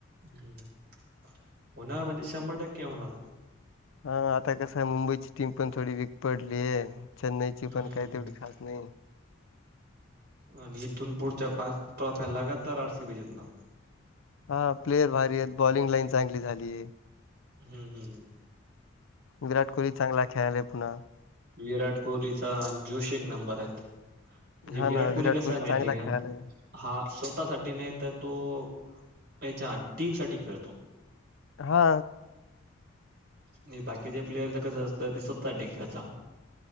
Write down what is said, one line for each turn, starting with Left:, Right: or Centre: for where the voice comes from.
Right: हम् होणार म्हणजे शंभर टक्के होणार.
Left: हा आता कस आहे मुंबईची टीम पण थोडी वीक पडलीय. चेन्नईची
Right: हम्म
Left: पण काही तेवढी खास नाही.
Right: आणि इथून पुढच्या पाच ट्रॉफ्या लगातार आर सी बी जितनार.
Left: हा प्लेयर भारी आहेत बॉलिंग लाईन चांगली झालीय.
Right: हम्म हम्म
Left: विराट कोहली चांगला खेळालाय पुन्हा.
Right: विराट कोहलीचा जोश एक नंबर आहेत. म्हणजे
Left: हा
Right: विराट
Left: ना
Right: कोहली कसा आहे माहितीय
Left: चांगला
Right: का,
Left: खेळालाय
Right: हा स्व स्ता साठी नाही तर तो त्याच्या टीम साठी खेळतो.
Left: हा
Right: नाही बाकीचे प्लेयर तर कस असतं ते स्वतासाठी खेळता.